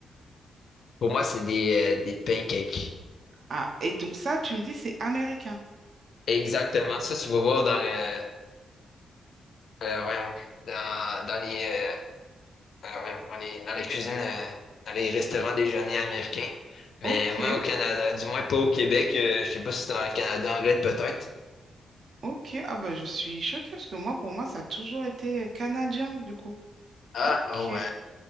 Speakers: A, on the left (about 55°); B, on the right (about 50°).
A: pour moi, c'est des, euh, des pancakes.
B: Ah, et donc ça, tu me dis, c'est américain.
A: Exactement. Ça, tu vas voir dans le. euh, voyons. Dans, dans les. euh, Ah ouais, dans les, dans les cuisines, euh, dans les restaurants déjeuner américains. Mais
B: Ok,
A: moi, au Canada, du moins pas au Québec, euh, je sais pas si c'est dans le Canada anglais peut-être.
B: ok. Ah bah, je suis choquée parce que moi, pour moi, ça a toujours été euh, canadien, du coup.
A: Ah,
B: Ok,
A: oh ben,